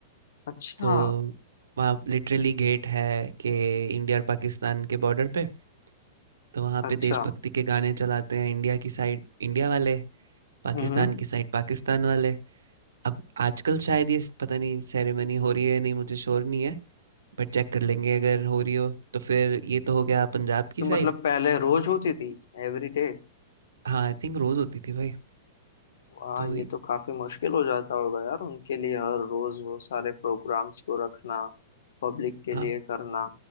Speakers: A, on the left; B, on the right.
A: अच्छा
B: तो वहाँ लिटरली गेट है कि इंडिया और पाकिस्तान के बॉर्डर पे तो वहाँ
A: अच्छा
B: पे देशभक्ति के गाने चलाते हैं इंडिया की साइड इंडिया वाले पाकिस्तान
A: हम्म
B: की साइड पाकिस्तान वाले अब आजकल शायद ये पता नहीं सेरेमनी हो रही है या नहीं मुझे श्योर नहीं है बट चेक कर लेंगे अगर हो रही हो तो फिर ये तो हो गया पंजाब की
A: तो
B: साइड
A: मतलब पहले रोज होती थी Every day
B: हाँ आई थिंक रोज़ होती थी भाई
A: वाह
B: तो
A: ये तो काफी मुश्किल हो जाता होगा यार उनके लिए हर रोज वो सारे प्रोग्राम्स को रखना पब्लिक के
B: हाँ
A: लिए करना